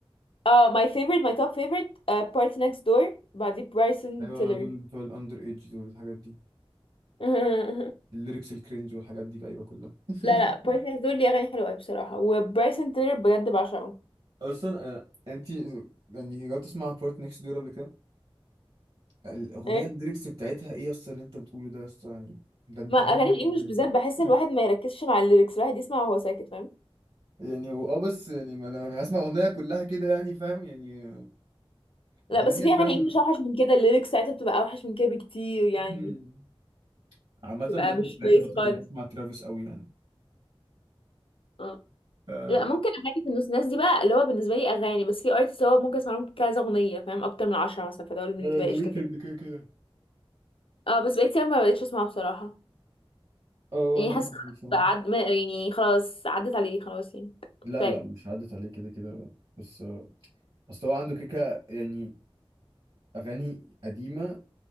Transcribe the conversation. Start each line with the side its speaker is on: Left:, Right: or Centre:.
Left: اه my favorite my top favorite آه party next door بعديه برايسون
Right: ايوه
Left: تيلر
Right: دول بتوع الاندر ايدج دول الحاجات دي
Left: <laughs>
Right: الليركس الكرنج والحاجات دي ايوه كلها <laughs>
Left: لا لا party next door ليه اغاني حلوه قوي بصراحه وبرايسون تيلر بجد بعشقه
Right: اصلا آه، انت يعني جربت تسمع بورت نيكست دور قبل كده الاغنيه
Left: إيه؟
Right: الليركس بتاعتها ايه اصلا اللي انت بتقوله ده اصلا يعني ده انت
Left: ما اغاني
Right: هورن
Left: الانجليش
Right: جدا
Left: بالذات
Right: يعني
Left: بحس
Right: <laughs>
Left: ان الواحد ما يركزش مع الليركس الواحد يسمع وهو ساكت فاهم
Right: يعني هو اه بس يعني ما انا هسمع اغنيه كلها كده يعني فاهم يعني
Left: لا
Right: اغنيه
Left: بس في اغاني
Right: فاهم
Left: انجلش اوحش من كده الليركس ساعتها بتبقى اوحش من كده بكتير يعني
Right: مم. عامة
Left: بتبقى
Right: برضه
Left: مش
Right: جات
Left: كويس
Right: لي فترة
Left: خالص
Right: كنت بسمع ترافيس قوي يعني
Left: اه
Right: آه،
Left: لا ممكن اغاني في النص ناس دي بقى اللي هو بالنسبه لي اغاني بس في ارتست هو ممكن اسمع لهم كذا اغنيه فاهم اكتر من عشرة مثلا فدول بالنسبه
Right: انا ذا
Left: لي قشطه
Right: ويكند كده كده
Left: اه بس بقيت كتير ما بقتش اسمعه بصراحه
Right: اه
Left: يعني
Right: انا كنت
Left: حاسه
Right: بحب بصراحه
Left: بقى عد... ما- يعني خلاص عدت عليه خلاص يعني
Right: لا
Left: كفايه
Right: لا مش عدت عليه كده كده بس اصل هو عنده كيكة يعني اغاني قديمة